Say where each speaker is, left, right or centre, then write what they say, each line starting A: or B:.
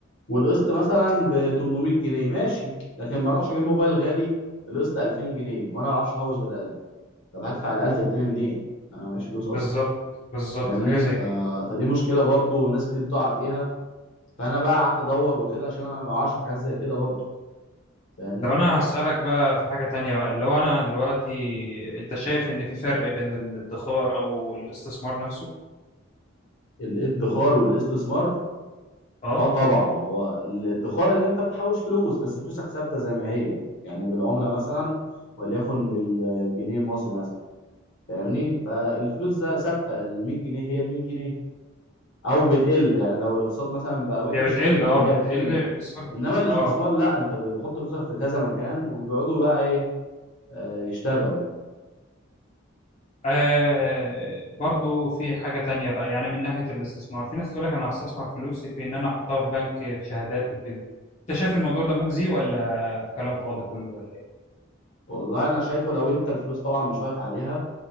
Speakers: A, on the left (about 65°); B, on the left (about 35°).
A: والقسط مثلا ب 800 جنيه ماشي لكن ما اروحش اجيب موبايل غالي القسط 2000 جنيه وانا ما بعرفش احوش غير 1000 طب هدفع ال 1000 التاني منين؟ انا معيش فلوس اصلا
B: بالظبط بالظبط
A: فاهمني
B: حاجه زي
A: ف...
B: كده
A: فدي مشكله برضو ناس كتير بتقع فيها فانا بقى قعدت ادور وكده عشان انا ما اقعش في حاجات زي كده برضو فاهمني
B: طب انا هسالك بقى في حاجه تانية بقى اللي هو انا دلوقتي انت شايف ان في فرق بين الادخار او الاستثمار نفسه
A: الادخار والاستثمار
B: اه
A: اه طبعا هو الادخار اللي انت بتحوش فلوس بس فلوسك ثابته زي ما هي يعني بالعمله مثلا وليكن بال- بالجنيه المصري مثلا فاهمني فالفلوس ده ثابته ال 100 جنيه هي ال 100 جنيه او بتقل يعني لو الاقتصاد مثلا بقى وحش
B: هي بتقل
A: المية
B: اه بتقل
A: بتقل
B: بسبب-
A: انما الاستثمار
B: اه
A: لا انت بتحط فلوسك في كذا مكان وبيقعدوا بقى ايه آه، يشتغلوا
B: آه برضو في حاجة تانية بقى يعني من ناحية الاستثمار في ناس تقول لك أنا هستثمر فلوسي في إن أنا أحطها في بنك في شهادات وكده أنت شايف الموضوع ده مجزي ولا كلام فاضي كله ولا إيه؟
A: والله انا شايفه لو انت الفلوس طبعا مش واقف عليها